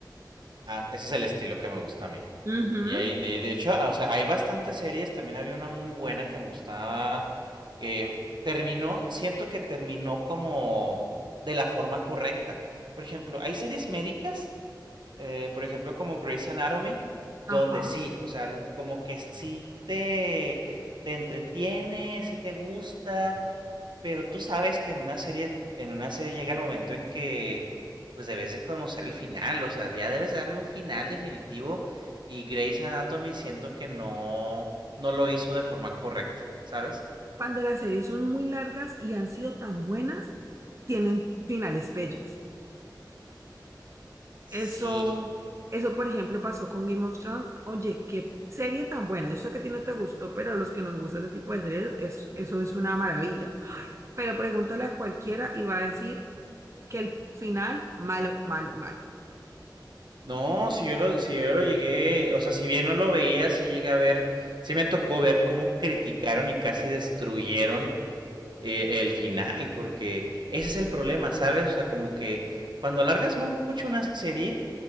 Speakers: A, on the right (about 80°); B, on the right (about 40°).
A: Ah, ese es el estilo que me gusta a mí.
B: Ujú,
A: Y ahí, de, de hecho, ah, o sea, hay bastantes series. También había una muy buena que me gustaba. Que terminó, siento que terminó como de la forma correcta. Por ejemplo, hay series médicas, eh, por ejemplo, como Grey's Anatomy, donde
B: ajá.
A: sí, o sea, como que sí te, te entretiene, sí te gusta pero tú sabes que en una serie, en una serie llega el momento en que pues debes de conocer el final, o sea, ya debes darle un final definitivo y Grey's Anatomy siento que no, no lo hizo de forma correcta, ¿sabes?
B: Cuando las series son muy largas y han sido tan buenas, tienen finales pelles. Eso,
A: Sí.
B: eso, por ejemplo, pasó con Game of Thrones. Oye, qué serie tan buena. Yo sé que a ti no te gustó, pero a los que nos gusta ese tipo de series, es- eso es una maravilla. Pero pregúntale a cualquiera y va a decir que el final, malo, malo, malo.
A: No, si yo lo, si yo lo llegué, o sea, si bien no lo veía, sí llegué a ver, sí me tocó ver cómo criticaron y casi destruyeron eh, el final, porque ese es el problema, ¿sabes? O sea, como que cuando alargas mucho una serie,